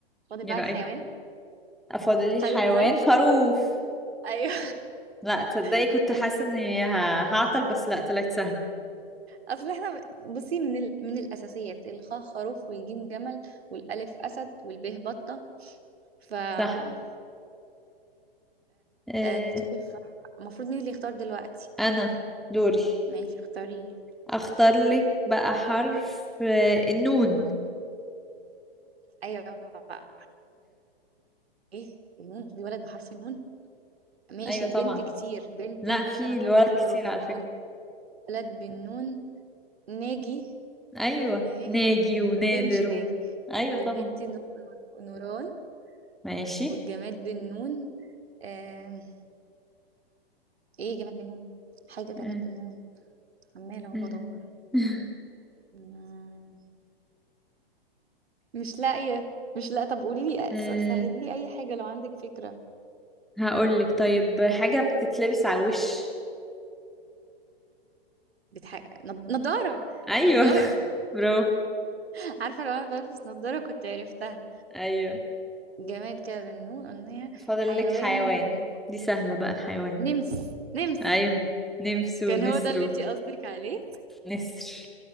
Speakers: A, on the right; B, in the centre.
A: فاضل
B: ايه
A: بقى
B: رأيك
A: الحيوان
B: افضل لي الحيوان
A: حلو زي الفل
B: خروف
A: ايوه
B: لا تصدقي
A: <laughs>
B: كنت
A: حلو
B: حاسة اني
A: كده
B: ه- هعطل بس لا طلعت سهل
A: اصل احنا بصي من ال... من الاساسيات الخاء خروف والجيم جمل والالف اسد والباء بطه ف آه،
B: صح آه،
A: آه، ندخل في المفروض مين اللي يختار دلوقتي
B: انا دوري
A: ماشي اختاري لي
B: اختار لك بقى حرف آه، النون
A: ايوه بقى. ايه النون في ولد بحرف النون ماشي
B: ايوه
A: البنت
B: طبعا
A: كتير بنت
B: لا
A: مثلا
B: في الولد
A: عندك
B: كتير
A: نوران
B: على فكرة
A: ولد بالنون ناجي
B: ايوه
A: اهي
B: ناجي ونادر
A: تمشي
B: و...
A: ناجي
B: ايوه
A: والبنت
B: طبعا
A: نو- نوران
B: ماشي
A: والجماد بالنون آم، ايه جماد بالنون حاجة جماد
B: آه،
A: بالنون عمالة اهو
B: آه.
A: بدور
B: <laughs>
A: مم، مش لاقية مش لاقية طب قولي لي
B: آه،
A: سهلي لي اي حاجة لو عندك فكرة
B: هقولك طيب حاجة بتتلبس على الوش
A: بتح... نض- نضارة
B: ايوه
A: نضارة
B: <laughs> برافو
A: <laughs> عارفة لو انا بلبس نضارة كنت عرفتها
B: ايوه
A: جماد كده بالنون قلناها
B: فاضل
A: حيوان
B: لك حيوان
A: بالنون
B: دي سهلة بقى الحيوان
A: نمس نمس
B: ايوه نمس
A: كان
B: ونسرو
A: هو ده اللي انتي قصدك عليه
B: نسر